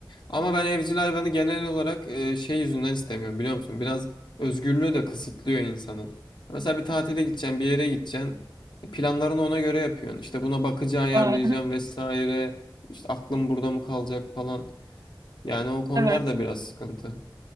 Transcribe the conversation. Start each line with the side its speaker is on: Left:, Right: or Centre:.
Left: Ama ben evcil hayvanı genel olarak e, şey yüzünden istemiyorum biliyor musun? Biraz özgürlüğü de kısıtlıyor insanın. Mesela bir tatile gideceksin, bir yere gideceksin. E, Planlarını ona göre yapıyorsun. İşte buna bakıcı ayarlayacağım
Right: Aa, <laughs>
Left: vesaire. İşte aklım burada mı kalacak falan. Yani o konular
Right: Evet.
Left: da biraz sıkıntı.